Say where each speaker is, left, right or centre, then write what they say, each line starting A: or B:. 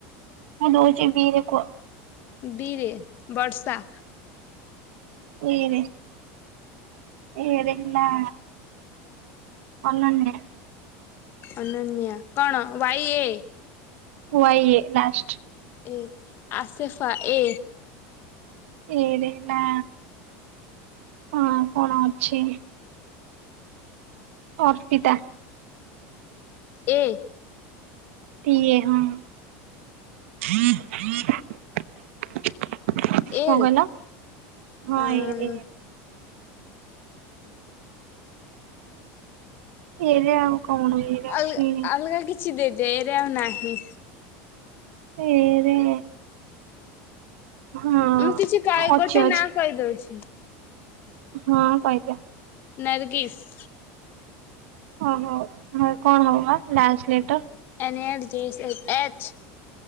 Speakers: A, on the right (about 85°); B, on the left (about 30°).
A: ମୁଁ ଦଉଚି ବି ରେ କୁହ।
B: ବିରେ ବର୍ଷା।
A: ଇରେ ଏରେ ହେଲା। ଅନନ୍ୟା।
B: ଅନନ୍ୟା କଣ Y A.
A: Y, A last.
B: A ଆସେଫା A.
A: A ରେ ହେଲା କଣ କଣ ଅଛି। ଅର୍ପିତା।
B: ଏ।
A: ପ, ଏ ହଁ। କଣ କହିଲ? ହଁ ଏରେ
B: ଏ
A: ଏ ରେ।
B: ଆ
A: ଏ ରେ ଆଉ କଣ। ଏରେ ଅଛି
B: ଅଲଗା, ଅଲଗା କିଛି ଦେଇଦିଏ ଏରେ ଆଉ ନାହିଁ।
A: ଏରେ ହଁ
B: ମୁଁ କିଛି
A: ଅଛି
B: ଗୋଟେ
A: ଅଛି
B: ନାଁ କହିଦଉଛି।
A: ହଁ କଇଦିଅ।
B: ନର୍ଗିସ୍।
A: ଓହୋ ହ କଣ ହବ ବା match letter.
B: N, L, G, H.